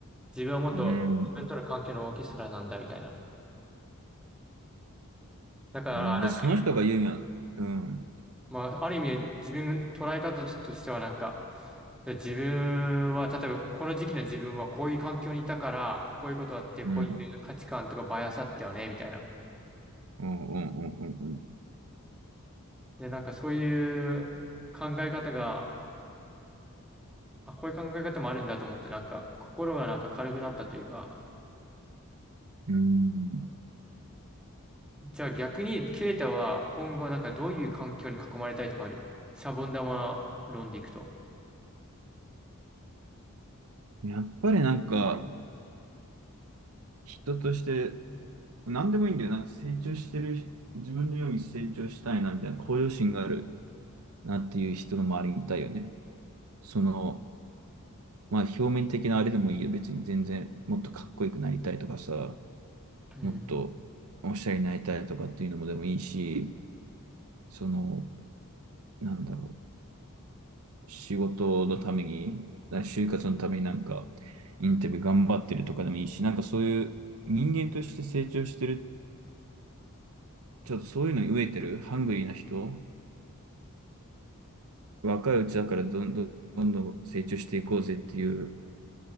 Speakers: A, in the centre; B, on the right (about 75°).
A: 自分はもっと自分との関係のオーケストラなんだみたいな。
B: うん。
A: だから、
B: うん、
A: なんか繰り
B: じゃあその人が言うには、うん、
A: まあ、ある意味、自分、捉え方としてはなんか、で自分は、例えば、この時期の自分はこういう環境にいたから、こういうことあって、こういう価値観とかバイアスあったよね、
B: うん。
A: みたいな。
B: うんうんうんうんうん。
A: で、なんかそういう考え方が、あ、こういう考え方もあるんだと思って、なんか、心がなんか軽くなったというか、
B: うん
A: じゃあ逆に、ケイタは今後なんかどういう環境に囲まれたいとかあるシャボン玉論でいくと。
B: やっぱりなんか、人として、何でもいいんだよ。なんか成長してる、自分のように成長したいな、みたいな向上心があるなっていう人の周りにいたいよね。その、まあ表面的なあれでもいいよ。別に全然、もっとかっこよくなりたいとかさ、
A: うん。
B: もっとおしゃれになりたいとかっていうのもでもいいし、その、なんだろう。仕事のために、就活のためになんか、インタビュー頑張ってるとかでもいいし、なんかそういう人間として成長してる、ちょっとそういうのに飢えてる、ハングリーな人、若いうちだからどんどんどんどん成長していこうぜっていう